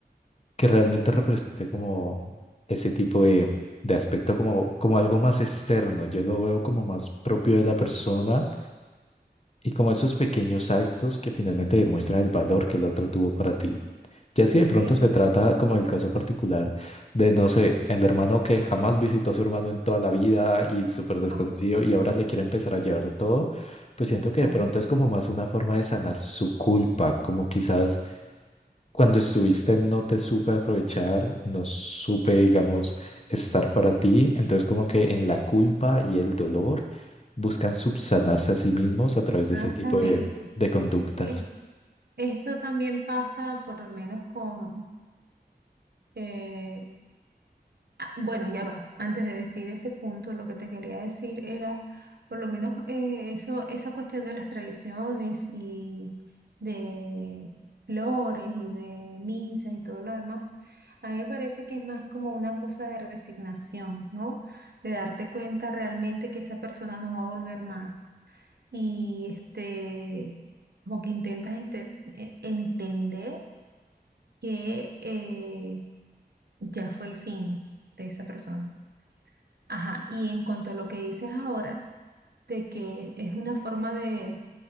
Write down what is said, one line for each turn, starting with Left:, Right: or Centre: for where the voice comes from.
Left: Que realmente represente como ese tipo de, de aspecto, como, como algo más externo. Yo lo veo como más propio de la persona Y como esos pequeños actos que finalmente demuestran el valor que el otro tuvo para ti. Ya si de pronto
Right: Sí,
Left: se trata, como el caso particular, de, no sé, el hermano que jamás visitó a su hermano en toda la vida y súper desconocido
Right: ah,
Left: y ahora le quiere empezar a llevar todo, pues siento
Right: exacto,
Left: que de pronto es como más una forma de sanar su culpa, como quizás cuando estuviste no te supe aprovechar, no supe, digamos, estar para ti. Entonces como que en la culpa y el dolor buscan subsanarse a sí mismos a través de
Right: exactamente.
Left: ese tipo de, de conductas.
Right: Es- eso también pasa por lo menos con, eh, Ah, Bueno, ya va. Antes de decir ese punto, lo que te quería decir era, por lo menos eh, eso, esa cuestión de las tradiciones y de flores y de misas y todo lo demás, a mí me parece que es más como una cosa de resignación, ¿no? De darte cuenta realmente que esa persona no va a volver más. Y este, como que intentas ente- eh, entender que eh, ya fue el fin de esa persona. Ajá, y en cuanto a lo que dices ahora, de que es una forma de,